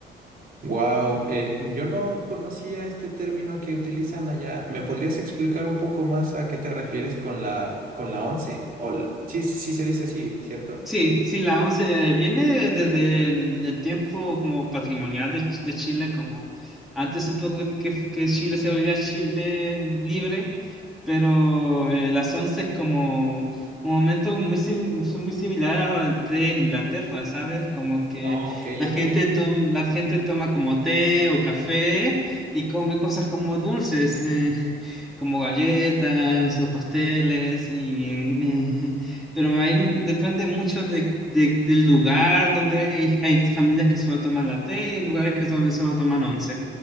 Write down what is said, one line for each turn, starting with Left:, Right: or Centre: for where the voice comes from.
Right: Wow, yo no conocía este término que utilizan allá. ¿Me podrías explicar un poco más a qué te refieres con la con la once? O l- sí, sí se dice así, ¿cierto?
Centre: Sí, sí, la 11 viene desde el, el tiempo como patrimonial de, Ch- de Chile, como antes un poco que, que Chile se volvía Chile libre, pero eh, las 11 es como un momento muy, sim- son muy similar a lo del té en Inglaterra, ¿sabes? Como que
Right: Oh, ok,
Centre: la
Right: ok.
Centre: gente, tom- la gente toma como té o café y come cosas como dulces, eh, <laughs> como galletas o pasteles y... eh, pero hay, depende mucho de, de- del lugar donde hay, hay. hay familias que solo toman latte y hay lugares que donde solo toman once.